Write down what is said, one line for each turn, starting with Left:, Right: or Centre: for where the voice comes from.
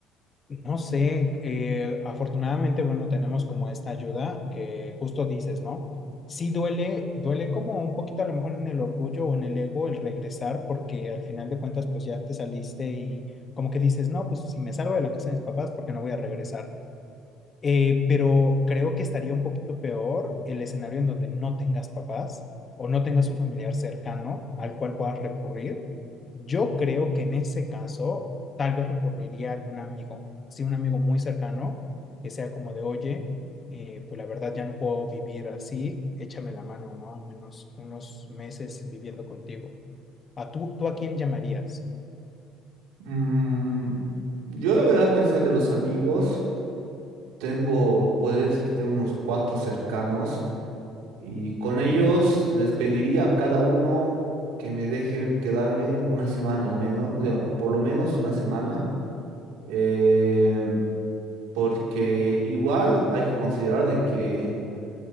Left: No sé, eh, afortunadamente, bueno, tenemos como esta ayuda que justo dices, ¿no? Sí duele, duele como un poquito a lo mejor en el orgullo o en el ego el regresar porque al final de cuentas pues ya te saliste y como que dices, no, pues si me salgo de la casa de mis papás, ¿por qué no voy a regresar? Eh, pero creo que estaría un poquito peor el escenario en donde no tengas papás o no tengas un familiar cercano al cual puedas recurrir. Yo creo que en ese caso tal vez recurriría a algún amigo, sí, un amigo muy cercano que sea como de, oye, eh, pues la verdad ya no puedo vivir así, échame la mano, ¿no? Al menos unos meses viviendo contigo. ¿A tú, tú a quién llamarías?
Right: Mm, yo la verdad pensar de los amigos, tengo, podría decir que tengo unos cuatro cercanos. Y con ellos les pediría a cada uno que me deje quedarme una semana al menos, digo, por lo menos una semana, eh, porque igual hay que considerar de que,